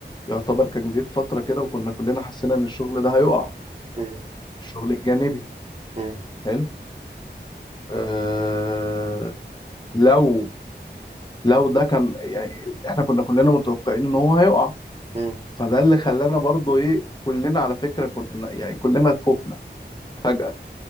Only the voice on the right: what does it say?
مم.
مم.
مم.